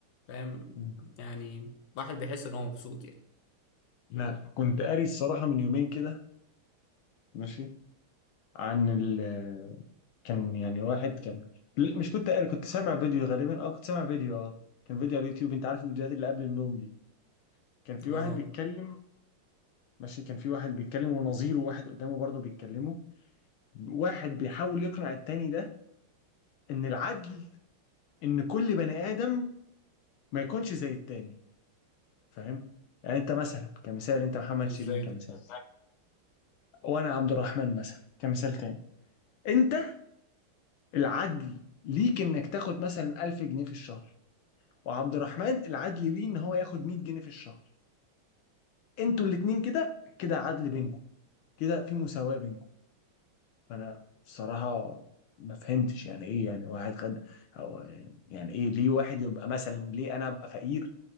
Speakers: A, on the left (about 60°); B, on the left (about 80°).
A: فاهم
B: مم.
A: يعني الواحد بيحس ان هو مبسوط يعني
B: لا كنت قاري الصراحة من يومين كده ماشي عن ال كان يعني واحد كان لا، مش كنت قاري كنت سامع فيديو غالبا اه كنت سامع فيديو اه كان فيديو على اليوتيوب انت عارف الفيديوهات اللي قبل النوم دي كان في واحد
A: اه
B: بيتكلم ماشي كان في واحد بيتكلم ونظيره واحد قدامه برضه بيتكلموا واحد بيحاول يقنع التاني ده ان العدل ان كل بني ادم ما يكونش زي التاني فاهم يعني انت مثلا كمثال انت محمد شيرين
A: ازاي
B: كمثال
A: ده
B: وانا عبد الرحمن مثلا كمثال تاني انت العدل ليك انك تاخد مثلا 1000 جنيه في الشهر وعبد الرحمن العدل ليه ان هو ياخد 100 جنيه في الشهر انتوا الاتنين كده كده عدل بينكم كده في مساواة بينكم فانا بصراحة ما فهمتش يعني ايه يعني واحد خد أو يعني ايه ليه واحد يبقى مثلا ليه انا ابقى فقير